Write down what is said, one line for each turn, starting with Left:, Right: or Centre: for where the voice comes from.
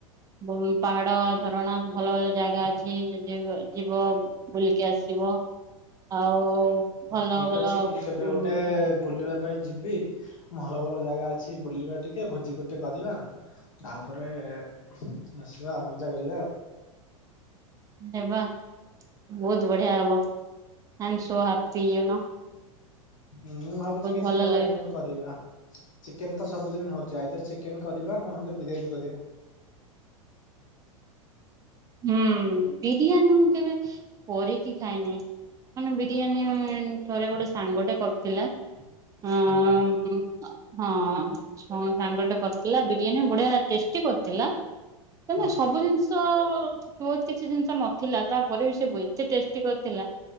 Right: ବୋହୁ ପାହାଡ଼, ଝରଣା ଭଲଭଲ ଜାଗା ଅଛି ଯଦି ହୁଏ ଯିବ। ବୁଲିକି ଆସିବ ଆଉ ଭଲ
Left: ହ ଠିକଅଛି
Right: ଭଲ
Left: ମୁଁ କେବେ
Right: ଉ
Left: ଗୋଟେ ବୁଲିବା ପାଇଁ ଯିବି। ଭଲଭଲ ଜାଗା ଅଛି ବୁଲିବା ଟିକେ ଭୋଜି ଗୋଟେ କରିବା। ତାପରେ ଉଃ ଆସିବା ଆଉ ମଜା କରିବା।
Right: ଆରେ ବା ବୋହୁତ୍ ବଢ଼ିଆ ହବ ଆମ୍ ସୋ ହାପି ୟୁ ନୋ।
Left: ମୁଁ ଭାବୁଛି
Right: ବହୁତ
Left: କିଛି
Right: ଭଲ
Left: ନୁଆ
Right: ଲାଗେ
Left: ଆଇଟମ୍ କରିବା ଚିକେନ ତ ସବୁଦିନ ହୋଉଚି ଆଇଦର ଚିକେନ କରିବା ନହେଲେ ବିରିଆନୀ କରିବା।
Right: ଉଁ ହୁଁ ବିରିୟାନୀ ମୁଁ କେବେ କରିକି ଖାଇନି। ମାନେ ବିରିୟାନୀ ଥରେ ଗୋଟେ ସାଙ୍ଗଟେ କରିଥିଲା ଆଁ
Left: ହଁ
Right: ଉଁ ହଁ ସେ ଆମ ସାଙ୍ଗଟେ କରିଥିଲା ବିରିୟାନୀ ବଢିଆ ଟେଷ୍ଟି କରିଥିଲା। ନାଇଁ
Left: ହୁଁ
Right: ନାଇଁ ସବୁ ଜିନିଷ ବୋହୁତ୍ କିଛି ଜିନିଷ ନଥିଲା ତାପରେ ବି ସିଏ ବ ଏତେ ଟେଷ୍ଟି କରିଥିଲା।